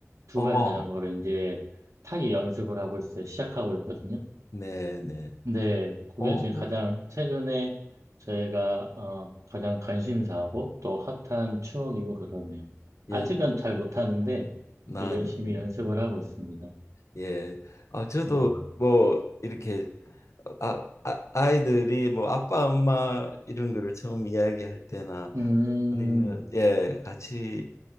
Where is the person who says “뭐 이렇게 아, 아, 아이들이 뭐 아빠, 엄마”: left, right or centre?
Left